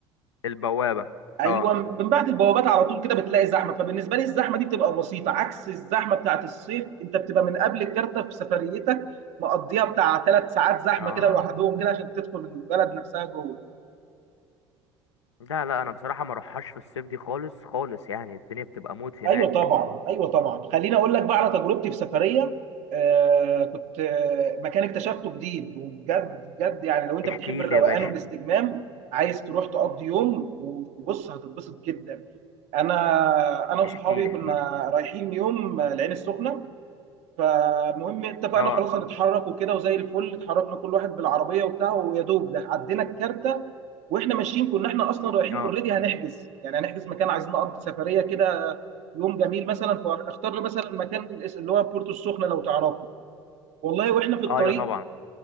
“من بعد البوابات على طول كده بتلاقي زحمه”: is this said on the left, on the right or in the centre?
Right